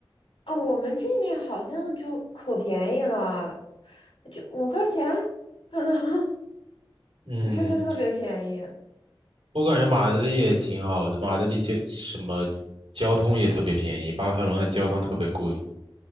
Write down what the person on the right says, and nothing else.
嗯，
我感觉马德里也挺好的，马德里交什么交通也特别便宜，巴塞罗那交通特别贵